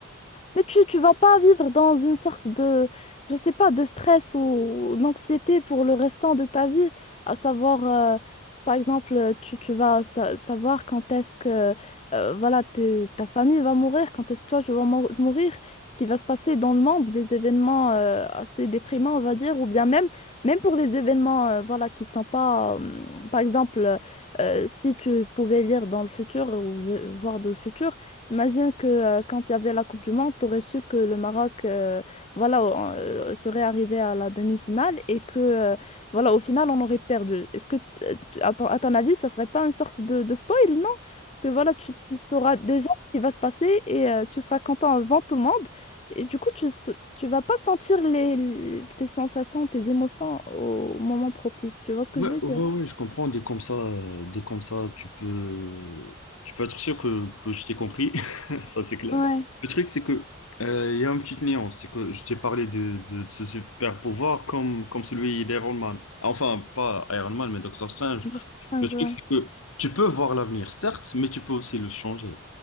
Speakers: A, on the left (about 30°); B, on the left (about 85°).
A: Mais tu, tu vas pas vivre dans une sorte de, je sais pas, de stress ou d'anxiété pour le restant de ta vie. À savoir, euh, par exemple, tu, tu vas sa- savoir quand est-ce que euh, voilà, t'es- ta famille va mourir, quand est-ce que toi, je vais mou- mourir, ce qui va se passer dans le monde, des événements euh, assez déprimants, on va dire, ou bien même, même pour les événements euh, voilà, qui sont pas, euh, par exemple, euh, si tu pouvais lire dans le futur ou v- voir dans le futur. Imagine que euh, quand il y avait la Coupe du Monde, tu aurais su que le Maroc euh, voilà, on- euh, serait arrivé à la demi-finale et que euh, voilà, au final, on aurait perdu. Est-ce que, euh, tu- à, ton à ton avis, ça serait pas une sorte de, de spoil, non? Parce que voilà, tu, tu sauras déjà ce qui va se passer et euh, tu seras content avant tout le monde. Et du coup, tu, se- tu vas pas sentir les, tes sensations, tes émotions au moment propice. Tu vois ce que
B: Ouais,
A: je veux
B: ouais,
A: dire?
B: ouais, je comprends. Dès comme ça, euh, dès comme ça, tu peux, tu peux être sûr que, que je t'ai compris. <laughs> Ça, c'est clair.
A: Ouais,
B: Le truc, c'est que euh, il y a une petite nuance. C'est que je t'ai parlé de, de, de ce super pouvoir comme, comme celui d'Iron Man. Enfin, pas Iron Man, mais Doctor Strange.
A: importante,
B: Le truc,
A: ouais.
B: c'est que tu peux voir l'avenir, certes, mais tu peux aussi le changer.